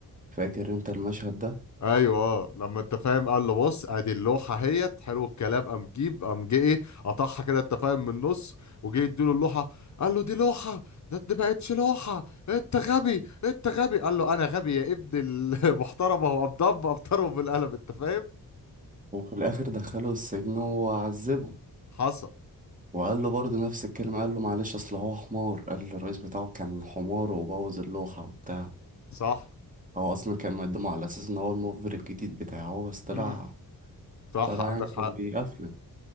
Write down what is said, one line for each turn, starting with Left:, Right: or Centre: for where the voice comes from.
Right: فاكر انت المشهد ده
Left: ايوه اه لما انت فاهم قال له بص ادي اللوحه اهيت حلو الكلام قام جيب قام جه ايه قطعها كده انت فاهم من النص وجه اديله اللوحه قال له دي لوحه ده ما بقتش لوحه انت غبي انت غبي قال له انا غبي يا ابن المحترمه هو <laughs> قام ضرب ابطره بالقلم انت فاهم
Right: وفي الآخر دخله السجن وعذبه
Left: حصل
Right: وقال له برضه نفس الكلمة قال له معلش أصل هو حمار قال له الرئيس بتاعه كان حمار وبوظ اللوحة وبتاع
Left: صح
Right: هو أصلا كان مقدمه على أساس إن هو المخبر الجديد بتاعه بس طلع
Left: امم صح
Right: طلع يعني
Left: عندك حق
Right: كان بيقفله